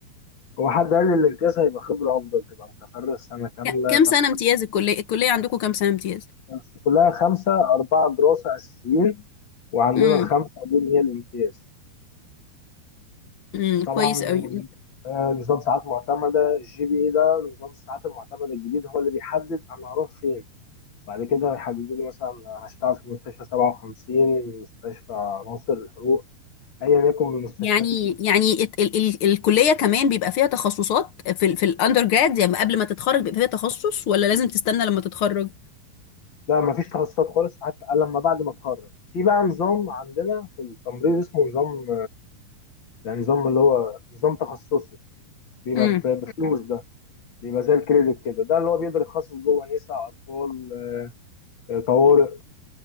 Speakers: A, on the left; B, on the left.
A: هو حد قال لي الامتياز هيبقى خبره افضل تبقى متفرغ سنه كامله
B: ك- كام سنة
A: طب
B: امتياز الكلية الكلية عندكم كام سنة امتياز
A: بس كلها خمسه اربعه دراسه اساسيين وعندنا
B: امم
A: الخمسه دول هي الامتياز
B: امم
A: طبعا
B: كويس قوي
A: آه، نظام ساعات معتمدة الجي بي اي ده نظام الساعات المعتمدة الجديد هو اللي بيحدد أنا هروح فين بعد كده هيحددوا لي مثلا هشتغل في مستشفى 57 مستشفى ناصر الحروق أيا يكن من المستشفيات
B: يعني
A: الكبيرة
B: يعني ات- ال ال الكلية كمان بيبقى فيها تخصصات في ال في الاندر جراد يعني قبل ما تتخرج بيبقى فيها تخصص ولا لازم تستنى لما تتخرج
A: لا مفيش تخصصات خالص حتى لما بعد ما اتخرج في بقى نظام عندنا في التمريض اسمه نظام يعني نظام اللي هو نظام تخصصي بيبقى
B: امم
A: ب- بفلوس ده بيبقى زي الكريدت كده ده اللي هو بيقدر يتخصص جوه نساء أطفال آه، طوارئ